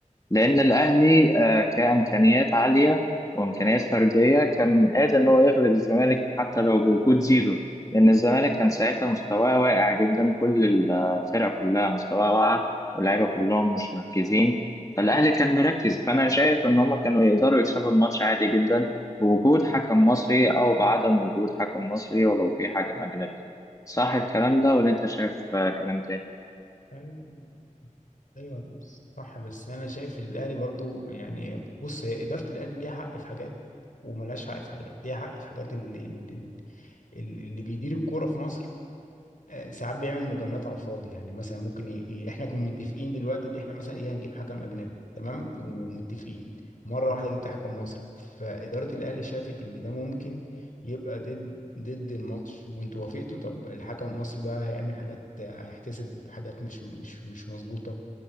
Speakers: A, on the left; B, on the left.
A: لأن الأهلي آه، كإمكانيات عالية وإمكانيات فردية كان قادر إن هو يغلب الزمالك حتى لو بوجود زيزو لأن الزمالك كان ساعتها مستواه واقع جدا كل ال- الفرق كلها مستواها واقع واللعيبة كلهم مش مركزين فالأهلي كان مركز فأنا شايف إن هما كانوا يقدروا يكسبوا الماتش عادي جدا بوجود حكم مصري أو بعدم وجود حكم مصري ولو في حكم أجنبي صح الكلام ده ولا أنت شايف آه، كلام تاني؟
B: دي ايوه صح بس انا شايف الاهلي برضو يعني بص هي اداره الاهلي ليها حق في حاجات وملهاش حق في حاجات ليها حق في حاجات اللي اللي, اللي بيدير الكوره في مصر آه، ساعات بيعمل مجاملات على الفاضي يعني مثلا ممكن ي... ي- احنا كنا متفقين دلوقتي اللي احنا مثلا ايه هنجيب حكم اجنبي تمام ومتفقين مره واحده جبت حكم مصري فاداره الاهلي شافت ان ده ممكن يبقى ضد ضد الماتش وانتوا وافقتوا طب الحكم المصري بقى هيعمل حاجات هيحتسب حاجات مش مش مش مظبوطه